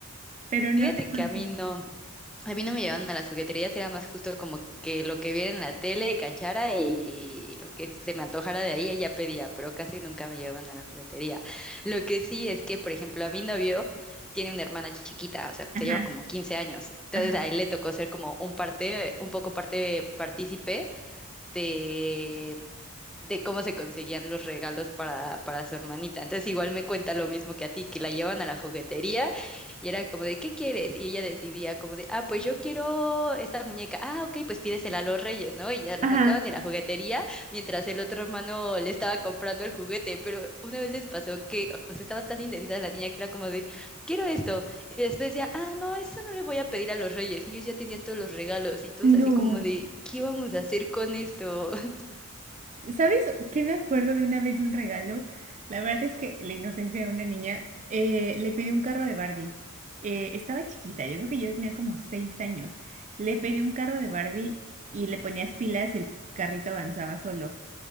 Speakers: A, on the right; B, in the centre.
A: pero no
B: Fíjate
A: sé
B: que
A: cuánto.
B: a mí no. A mí no me llevaban a las jugueterías, era más justo como que lo que viera en la tele, cachara y lo que se me antojara de ahí, ella pedía, pero casi nunca me llevaban a la juguetería. Lo que sí es que, por ejemplo, a mi novio tiene una hermana chiquita, o sea,
A: Ajá,
B: se llevan como 15 años. Entonces
A: ajá.
B: a él le tocó ser como un parte, un poco parte, partícipe de, de cómo se conseguían los regalos para, para su hermanita. Entonces igual me cuenta lo mismo que a ti, que la llevan a la juguetería y era como de, ¿qué quieres? Y ella decidía como de, ah, pues yo quiero esta muñeca. Ah, ok, pues pídesela a los reyes, ¿no? Y ya la
A: Ajá.
B: sacaban de la juguetería mientras el otro hermano le estaba comprando el juguete. Pero una vez les pasó que, o sea, estaba tan indecisa la niña que era como de, quiero esto. Y después decía, ah, no, eso no le voy a pedir a los reyes. Y ellos ya tenían todos los regalos y todos
A: No,
B: así como de, ¿qué vamos a hacer con esto? <laughs>
A: ¿sabes qué me acuerdo de una vez de un regalo? La verdad es que la inocencia de una niña, eh, le pedí un carro de Barbie. Eh, estaba chiquita, yo creo que yo tenía como seis años. Le pedí un carro de Barbie y le ponías pilas y el carrito avanzaba solo